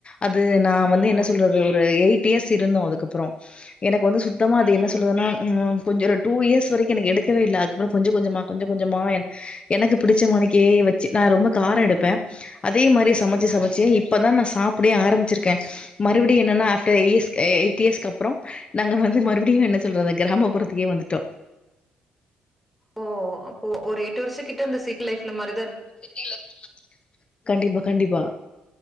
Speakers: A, on the left; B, in the centre.
A: அது நா வந்து
B: ம்
A: என்ன சொல்றது ஒரு எய்ட் டி எஸ் இருந்தோ அதுக்கப்பறோ எனக் வந்து சுத்தமா அது
B: ம்
A: என்ன சொல்லுதுனா உம் <unintelligible> டூ ஈர்ஸ் வரைக்கு எனக்கு எடுக்கவே இல்ல அதுகப்பறோ கொஞ்ச கொஞ்சமா கொஞ்ச கொஞ்சமா என் எனக்கு புடிச்ச மாணிக்கே வெச்சு நா ரொம்ப காரோ எடுப்பே அதே மாரி சமச்சு
B: ம்
A: சமச்சு இப்பதா நா சாப் ப்டே ஆரமிச்சிருக்கே மறுபடியு என்னென்னா ஆஃப்டர் எயிஸ்க் ஏய் ஏய்ட் ஈயர்ஸ்க்கு அப்புறோ நாங்க வந்து மறுபடியு என்ன சொல்றது கிராகமப்புறத்துக்கே வந்துட்டோ
B: ஓ அப்போ ஒரு எட்டு வருஷ கிட்ட அந்த சிட்டி லைஃப்ல மற
A: <inaudible> கண்டிப்பா கண்டிப்பா